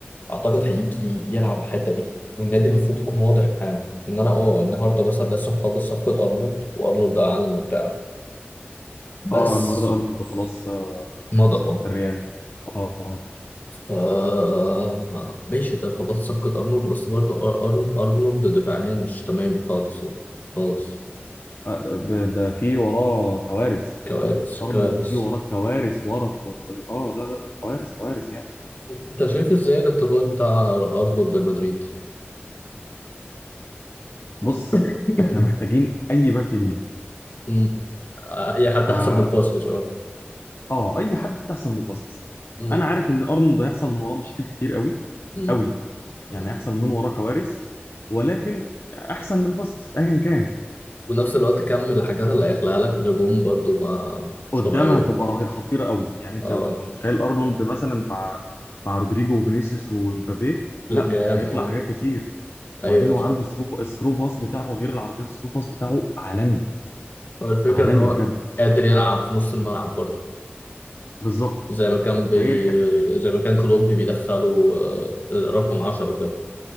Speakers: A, on the left (about 50°); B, on the left (about 70°).
A: اعتقد هيجي يلعب على الحته دي والنادي المفروض يكون واضح معاه ان انا اه النهارده مثلا لسه مخلص صفقه ارنولد وارنولد اعلن وبتاع بس
B: اه النهارده ارنولد خلاص آه،
A: مضى
B: في الريال اه آه.
A: اه ف ماشي ده خلصت صفقه ارنولد بس برضه أر- أر- ارنولد دفاعيا مش تمام خالص يعني خالص
B: آه، ب- ده في وراه كوارث
A: كوارث
B: ارنولد
A: كوارث
B: في وراه كوارث ورا اه لا لا لا كوارث كوارث يعني
A: انت شايف ازاي الانتقال بتاع ارنولد لمدريد
B: بص
A: <coughs>
B: احنا محتاجين اي باك يمين
A: مم. آه، اي حد
B: فا
A: احسن من فاسكيز اه
B: اه اي حد احسن من فاسكيز
A: مم.
B: انا عارف ان ارنولد هيحصل من وراه مشاكل كتير قوي
A: مم.
B: قوي يعني
A: مم.
B: هيحصل من وراه كوارث ولكن احسن من فاسكيز ايا كان
A: ونفس الوقت كم من الحاجات اللي هيخلقها لك في الهجوم برضو ما مش
B: قدامها
A: طبيعيه
B: هتبقى رهيبه خطيره قوي يعني انت
A: اه
B: انت متخيل ارنولد مثلا مع مع رودريجو وفينيسيوس ومبابي
A: بلينجهام
B: لا هيخلق
A: اه
B: حاجات كتير وبعدين
A: ايوه
B: هو
A: صح
B: عنده الثرو الثرو باس بتاعه غير العرضيات الثرو باس بتاعه عالمي
A: هو الفكره
B: عالمي
A: ان هو
B: بجد
A: قادر يلعب في نص الملعب برضو
B: بالظبط
A: زي ما كان بي...
B: فهي الحق
A: زي ما كان كلوب بيدخله آه، رقم 10 كده